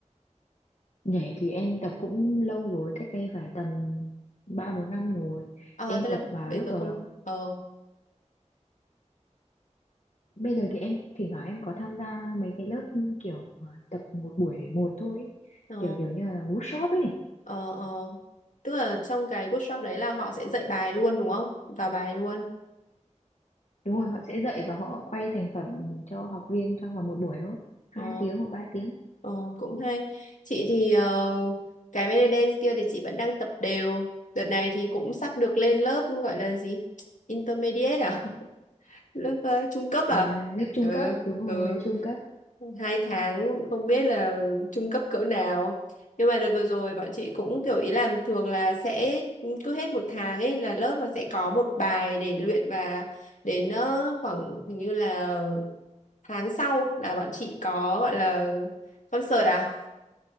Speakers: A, on the left; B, on the left.
A: nhảy thì em tập cũng lâu rồi cách đây phải tầm ba bốn năm rồi
B: Ờ,
A: em
B: tức là
A: tập mà
B: bây
A: lúc
B: giờ
A: đầu
B: không... Ờ,
A: Bây giờ thì em thỉnh thoảng em có tham gia mấy cái lớp ừ, kiểu ờ, tập một buổi một thôi ấy.
B: ờ,
A: Kiểu kiểu như là workshop ấy.
B: ờ, ờ. Tức là trong cái workshop đấy là họ sẽ dạy bài luôn đúng không? Vào bài luôn.
A: Đúng rồi, họ sẽ dạy và họ quay thành phẩm cho học viên trong vòng một buổi thôi. Hai
B: Ờ.
A: tiếng hoặc ba tiếng.
B: Ờ, cũng hay. Chị thì ờ, cái belly dance kia thì chị vẫn đang tập đều. Đợt này thì cũng sắp được lên lớp gọi là gì? Intermediate à? <laughs> Lớp ờ, trung cấp
A: À,
B: à?
A: lớp trung
B: Ừ,
A: cấp, đúng rồi,
B: ừ.
A: trung cấp.
B: Hai tháng không biết là trung cấp cỡ nào. Nhưng mà đợt vừa rồi bọn chị cũng kiểu ý là thường là sẽ cứ hết một tháng ấy là lớp nó sẽ có một bài để luyện và đến ờ, khoảng hình như là tháng sau là bọn chị có gọi là concert à?